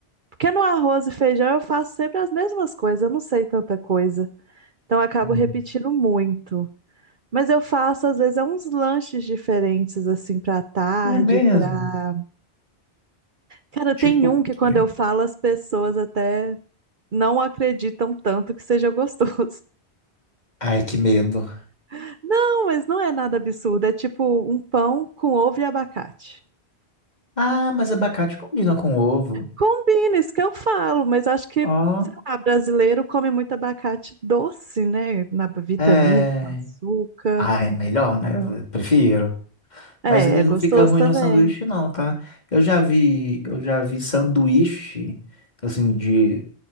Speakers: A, on the right; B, on the left.
A: Porque no arroz e feijão eu faço sempre as mesmas coisas, eu não sei tanta coisa. Então eu acabo
B: Hum.
A: repetindo muito. Mas eu faço, às vezes, é uns lanches diferentes, assim, pra tarde,
B: É mesmo.
A: pra. Cara,
B: Tipo,
A: tem um que
B: que-
A: quando eu falo, as pessoas até não acreditam tanto que seja gostoso.
B: ai, que medo.
A: <laughs> Não, mas não é nada absurdo. É tipo um pão com ovo e abacate.
B: Ah, mas abacate combina com ovo.
A: Combina, isso que eu falo, mas acho que,
B: Ó,
A: sei lá, brasileiro come muito abacate doce, né? Na vitamina,
B: é.
A: com açúcar.
B: Ai, melhor, né? Eu prefiro.
A: É,
B: Mas ele
A: é
B: não
A: gostoso
B: fica ruim
A: também.
B: no sanduíche, não, tá? Eu já vi, eu já vi sanduíche, assim, de